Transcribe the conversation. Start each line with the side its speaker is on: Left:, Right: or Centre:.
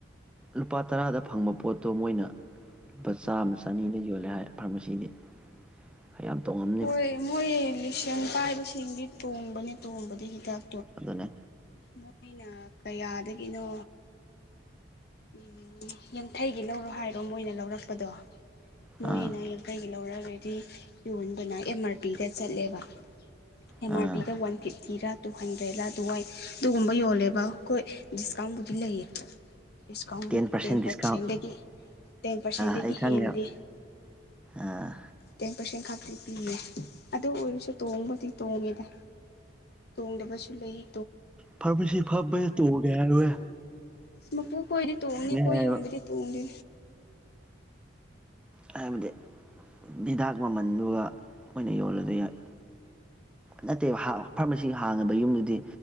Centre: ꯂꯨꯄꯥ ꯇꯔꯥꯗ ꯐꯪꯕ ꯄꯣꯠꯇꯣ ꯃꯣꯏꯅ ꯂꯨꯄꯥ ꯆꯥꯝꯃ ꯆꯅꯤꯗ ꯌꯣꯜꯂꯦ ꯍꯥꯏ ꯐꯥꯔꯃꯥꯁꯤꯗꯤ <unintelligible> ꯌꯥꯝ ꯇꯣꯡꯉꯥꯝ
Left: ꯍꯣꯏ ꯃꯣꯏ ꯂꯤꯁꯟ ꯄꯥꯏꯕꯁꯤꯡꯗꯤ ꯇꯣꯡꯕꯅꯦ ꯇꯣꯡꯕꯗꯤ ꯍꯤꯗꯥꯛ
Centre: ꯑꯗꯨ ꯑꯗꯨꯅꯦ
Left: ꯃꯣꯏꯅ ꯀꯌꯥꯗꯒꯤꯅꯣ ꯎꯝ ꯌꯥꯡꯈꯩꯒꯤ ꯂꯧꯔꯣ ꯍꯥꯏꯔꯣ ꯃꯣꯏꯅ ꯂꯧꯔꯛꯄꯗꯣ ꯃꯣꯏꯅ
Centre: ꯑꯥ
Left: <unintelligible> ꯌꯣꯟꯗꯅ ꯑꯦꯝ ꯑꯥꯔ ꯄꯤꯗ ꯆꯠꯂꯦꯕ ꯑꯦꯝ
Centre: ꯑꯥ
Left: ꯑꯥꯔ ꯄꯤꯗ ꯋꯥꯟ ꯐꯤꯐꯤ ꯊꯤꯔꯥ ꯇꯨ ꯍꯟꯗ꯭ꯔꯦꯗꯂꯥ ꯑꯗꯨꯋꯥꯏ ꯑꯗꯨꯒꯨꯝꯕ ꯌꯣꯜꯂꯦꯕ ꯑꯈꯣꯏ ꯗꯤꯁꯀꯥꯎꯟꯕꯨꯗꯤ ꯂꯩꯌꯦ ꯗꯤꯁꯀꯥꯎꯟꯗꯤ
Centre: ꯇꯦꯟ ꯄꯥꯔꯁꯦꯟ
Left: ꯄꯥꯔꯁꯦꯟꯗꯒꯤ
Centre: ꯗꯤꯁꯀꯥꯎꯟ
Left: ꯇꯦꯟ ꯄꯥꯔꯁꯦꯟꯗꯒꯤ
Centre: ꯑꯩ ꯈꯪꯉꯦꯕ
Left: ꯍꯦꯟꯗꯦ
Centre: ꯑꯥ
Left: ꯇꯦꯟ ꯄꯥꯔꯁꯦꯟ ꯈꯇꯤ ꯄꯤꯌꯦ ꯑꯗꯨ ꯑꯣꯏꯔꯁꯨ ꯇꯣꯡꯕꯨꯗꯤ ꯇꯣꯡꯉꯤꯗ ꯇꯣꯡꯗꯕꯁꯨ ꯂꯩꯌꯦ꯫
Centre: ꯐꯃꯁꯤ ꯐꯕꯁꯦ ꯇꯣꯡꯉꯦ ꯍꯥꯏꯔꯋꯦ
Left: ꯃꯄꯨ ꯀꯣꯏꯗꯤ ꯇꯣꯡꯅꯤ ꯀꯣꯏ
Centre: ꯍꯥꯏꯌꯦꯕ
Left: ꯌꯣꯟꯕꯗꯤ ꯇꯣꯡꯗꯦ
Centre: ꯍꯥꯏꯕꯗꯤ ꯍꯤꯗꯥꯛ ꯃꯃꯜꯗꯨꯒ ꯃꯣꯏꯅ ꯌꯣꯜꯂꯗꯤ ꯌꯥꯏ ꯅꯠꯇꯦꯕ ꯐꯥꯔꯃꯥꯁꯤ ꯍꯥꯡꯉꯕ ꯌꯨꯝꯗꯨꯗꯤ